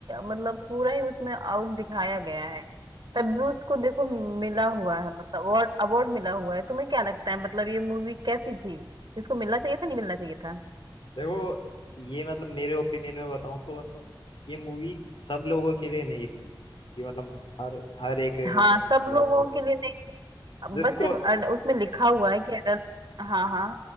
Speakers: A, on the right; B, on the left.
A: मतलब पूरा ही उसमें आउट दिखाया गया है तब भी उसको देखो मिला हुआ है मतलब अवार्ड अवार्ड मिला हुआ है तुम्हें क्या लगता है मतलब ये मूवी कैसी थी इसको मिलना चाहिए था नहीं मिलना चाहिए था
B: देखो ये मतलब मेरे ओपिनियन में बताऊं तो मतलब ये मूवी सब लोगों के लिए नहीं थी कि मतलब हर हर एक मतलब
A: हाँ सब
B: लोग
A: लोगों
B: देखे
A: के लिए नहीं थी अब
B: जिसको
A: बस सिर्फ अड- उसमें लिखा हुआ है कि अडल्ट हाँ हाँ